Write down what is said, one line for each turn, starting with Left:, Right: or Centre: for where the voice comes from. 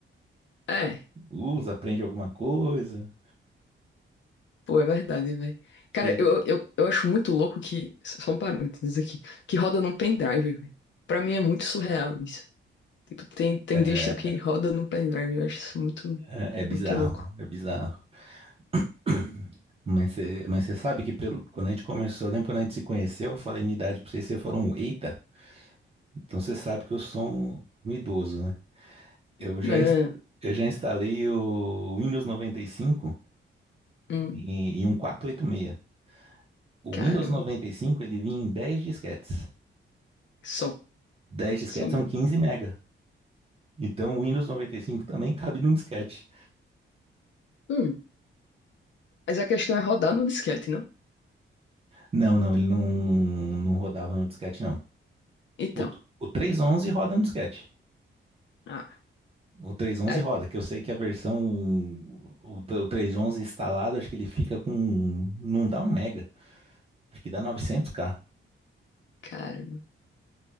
Left: É.
Right: Usa, aprende alguma coisa,
Left: Pô, é verdade, velho.
Right: que
Left: Cara,
Right: é,
Left: eu, eu, eu acho muito louco que. Só um parênteses aqui. Que roda num pendrive, velho. Pra mim é muito surreal isso. Tipo, tem, tem
Right: é,
Left: distro que roda num pendrive. Eu acho isso muito,
Right: é é bizarro,
Left: muito louco.
Right: é bizarro. <clears throat> Mas você, mas você sabe que pelo- quando a gente começou, eu lembro quando a gente se conheceu, eu falei minha idade pra vocês, vocês foram, um eita, então você sabe que eu sou um, um idoso, né? Eu já,
Left: Não.
Right: ins- eu já instalei o Windows 95
Left: Hum,
Right: em, em um 486. O
Left: cara.
Right: Windows noventa e cinco ele vinha em 10 disquetes.
Left: Só.
Right: 10 disquetes
Left: Só mesmo.
Right: são 15 mega. Então o Windows noventa e cinco também cabe num disquete.
Left: Hum. Mas a questão é rodar no disquete, não?
Right: Não, não, ele não, não rodava no disquete, não.
Left: Então.
Right: O, o 311 roda no disquete.
Left: Ah.
Right: O três ponto
Left: Ai,
Right: onze roda, que eu sei que a versão, o, o três ponto onze instalado, acho que ele fica com, não dá um mega, acho que dá novecentos k
Left: caramba.